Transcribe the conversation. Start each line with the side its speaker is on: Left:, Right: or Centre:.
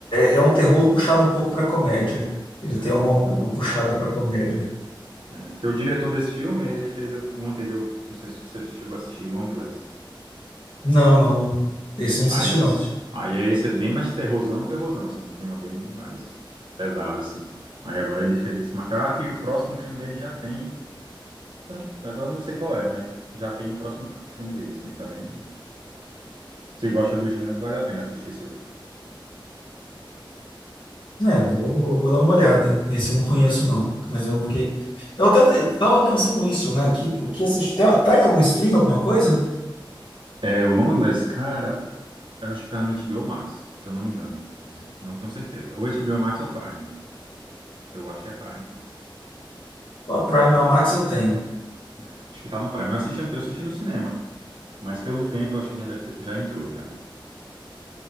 Left: é é um terror puxado um pouco para comédia. Ele
Right: Ah,
Left: tem uma, uma
Right: eu ouvi
Left: puxada
Right: falar.
Left: para comédia.
Right: É, porque o diretor desse filme, ele fez um anterior, não sei se você chegou a assistir, Longlegs.
Left: Não, não. Esse eu não assisti,
Right: Aí, esse-
Left: não.
Right: aí é esse é bem mais terrorzão, terrorzão, assim, um clima bem mais pesado, assim. Aí agora ele fez esse macaco e o próximo filme dele já tem, eu não- agora eu não sei qual é, mas já tem o próximo f- filme dele, assim, tá bem. Se gosta do gênero, vale a pena assistir esse outro.
Left: É, vou, vou dar uma olhada. Esse eu não conheço, não. Mas eu
Right: Beleza.
Left: fiquei. Eu até te- tava pensando nisso, né? Que, o que assistir. Tá, tá em algum stream, alguma coisa?
Right: É, o Longlegs, cara, eu acho que tá no HBO Max, se eu não me engano. Mas não tenho certeza. Ou HBO Max ou Prime. Eu acho que é Prime.
Left: A Prime a Max eu tenho.
Right: Eu acho que tá no Prime. Eu assisti, eu assisti no cinema. Mas pelo tempo eu acho que já deve ter, já entrou já.